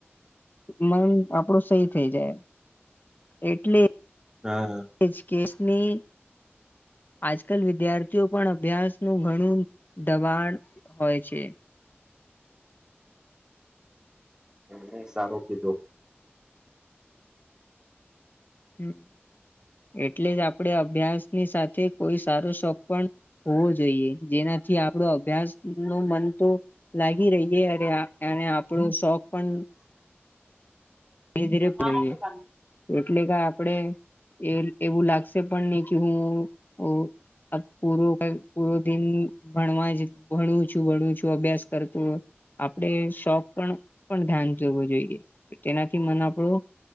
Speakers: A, on the left; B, on the right.
A: મન આપડું સહી થઈ જાય, એટલે
B: હા
A: એજ કેસની આજકાલ વિદ્યાર્થીઓ પણ અભ્યાસ નું ઘણું દબાણ હોય છે.
B: નઈ સારું કીધું
A: હમ્મ. એટલેજ આપડે અભ્યાસની સાથે કોઈ સારો શોખ પણ હોવો જોઈએ, જેના થી આપડો અભ્યાસ નો મન તો લાગી રહીએે અરે અને આપણું શોખ પણ
B: <unintelligible>
A: ધીરે ધીરે પૂરો એટલે કે આપડે એ, એવું લાગશે પણ નઈ કે હું, ઉ પૂરો, કે પૂરો દિન ભણવા ભણું છું, ભણું છું, અભ્યાસ કર તો આપડે શોપ પણ, પણ ધ્યાન જોવું જોઈએ તેનાથી મન આપડું,